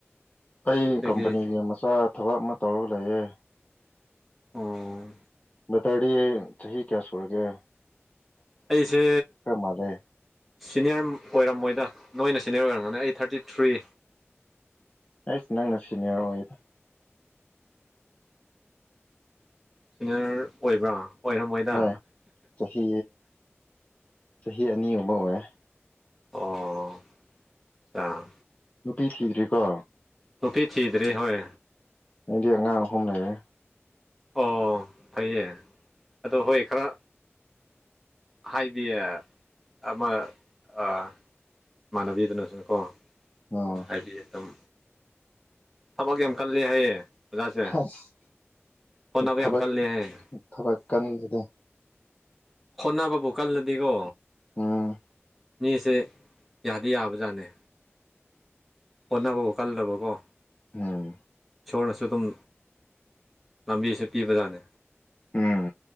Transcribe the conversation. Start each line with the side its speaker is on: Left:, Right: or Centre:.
Left: ꯑꯩ
Centre: ꯀꯩꯀꯩ
Left: ꯀꯝꯄꯅꯤꯒꯤ ꯃꯆꯥ ꯊꯕꯛ ꯑꯃ ꯇꯧꯔꯒ ꯂꯩꯌꯦ
Centre: ꯑꯣ
Left: ꯕꯥꯇꯦꯔꯗꯤ ꯆꯍꯤ ꯀꯌꯥ ꯁꯣꯔꯥꯥꯒꯦ
Centre: ꯑꯩꯁꯦ
Left: ꯃꯥꯜꯂꯦ
Centre: ꯁꯤꯅꯤꯌꯔ ꯑꯣꯏꯔꯝꯃꯣꯏꯗ ꯅꯣꯏꯅ ꯁꯤꯅꯤꯌꯔ ꯑꯣꯏꯔꯝꯒꯅꯤ ꯑꯩ ꯊꯥꯔꯇꯤ ꯊ꯭ꯔꯤ
Left: ꯑꯩꯁ ꯅꯪꯅ ꯁꯤꯅꯤꯌꯔ ꯑꯣꯏ
Centre: ꯁꯤꯅꯤꯌꯔ ꯑꯣꯏꯕ꯭ꯔꯥ ꯑꯣꯏꯔꯝꯃꯣꯏꯗ꯫
Left: ꯍꯣꯏ ꯆꯍꯤ ꯆꯍꯤ ꯑꯅꯤꯒꯨꯝꯕ ꯑꯣꯏꯌꯦ꯫
Centre: ꯑꯣ ꯆꯥ꯫
Left: ꯅꯨꯄꯤ ꯊꯤꯗ꯭ꯔꯤꯀꯣ꯫
Centre: ꯅꯨꯄꯤ ꯊꯤꯗ꯭꯭ꯔꯤ ꯍꯣꯏ꯫
Left: ꯅꯪꯗꯤ ꯑꯉꯥꯡ ꯑꯍꯨꯝ ꯂꯩꯔꯦ꯫
Centre: ꯑꯣ ꯐꯩꯌꯦ ꯑꯗꯣ ꯍꯣꯏ ꯈꯔ ꯍꯥꯏꯕꯤ ꯑꯃ ꯑ ꯏꯃꯥꯟꯅꯕꯤꯗꯨꯅꯁꯨꯅꯀꯣ꯫
Left: ꯑꯣ
Centre: ꯉꯁꯥꯏꯗꯤ ꯑꯗꯨꯝ ꯊꯕꯛ ꯌꯥꯝ ꯀꯜꯂꯦ ꯍꯥꯏꯌꯦ꯫ ꯑꯣꯖꯥꯁꯦ
Left: ꯑꯁ
Centre: ꯍꯣꯠꯅꯕ
Left: ꯊꯕꯛ
Centre: ꯌꯥꯝ ꯀꯜꯂꯦ ꯍꯥꯏꯌꯦ꯫
Left: ꯊꯕꯛ ꯀꯟꯗꯦꯗ꯫
Centre: ꯍꯣꯠꯅꯕꯕꯨ ꯀꯜꯂꯗꯤꯀꯣ
Left: ꯎꯝ
Centre: ꯃꯤꯁꯦ ꯌꯥꯗꯤ ꯌꯥꯕꯖꯥꯠꯅꯦ꯫ ꯍꯣꯠꯅꯕꯕꯨ ꯀꯜꯂꯕꯀꯣ
Left: ꯎꯝ
Centre: ꯏꯁꯣꯔꯅꯁꯨ ꯑꯗꯨꯝ ꯂꯝꯕꯤꯁꯦ ꯄꯤꯕꯖꯥꯠꯅꯦ꯫
Left: ꯎꯝ